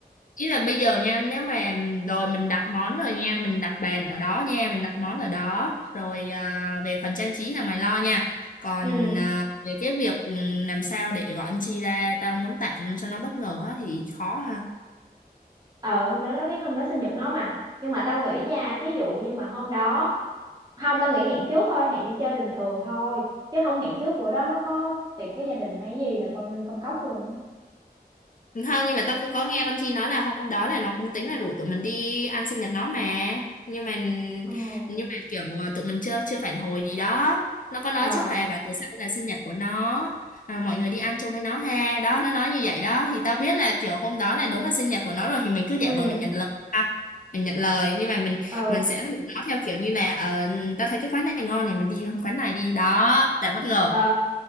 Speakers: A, on the left; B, on the right.
A: ý là bây giờ nha nếu mà rồi mình đặt món rồi nha mình đặt bàn ở đó nha mình đặt món ở đó rồi à, về phần trang trí là mày lo nha còn
B: ừ
A: à, về cái việc ừ, làm sao để gọi anh chi ra tao muốn tặng cho nó bất ngờ á, thì khó ha
B: ờ hôm đó nó biết hôm đó sinh nhật nó mà nhưng mà tao nghĩ nha thí dụ như mà hôm đó không tao nghĩ hẹn trước thôi hẹn đi chơi bình thường thôi chứ không hẹn trước bữa đó nó có tiệc với gia đình hay gì là coi như công cốc luôn á
A: Không, nhưng mà tao cũng có nghe con Chi nói là hôm đó là nó cũng tính là rủ tụi mình đi ăn sinh nhật nó mà. Nhưng mà
B: ừ
A: nhưng mà kiểu à, tụi mình chưa chưa phản hồi gì đó. Nó có nói
B: ờ
A: trước mà bà tại sao là sinh nhật của nó à, mọi người đi ăn chung với nó ha. Đó nó nói như vậy đó thì tao biết là kiểu hôm đó là đúng là sinh nhật của nó rồi thì mình cứ giả
B: ừ
A: vờ mình nhận lời ha. Mình nhận lời nhưng mà mình
B: ừ
A: mình sẽ rủ nó theo kiểu như là ờ, tao thấy cái quán này ngon này mình đi quán này đi đó, tạo bất ngờ.
B: ờ